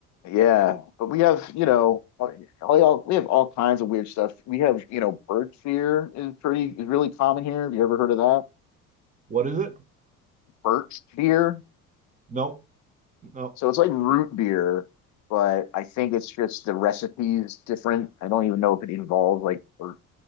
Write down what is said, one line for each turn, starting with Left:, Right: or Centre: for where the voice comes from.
Left: yeah but we have you know all, all, we have all kinds of weird stuff we have you know birch beer is pretty is really common here have you ever heard of that
Right: What is it?
Left: birch beer
Right: Nope. No,
Left: So it's like root beer, but I think it's just the recipe's different. I don't even know if it involves like or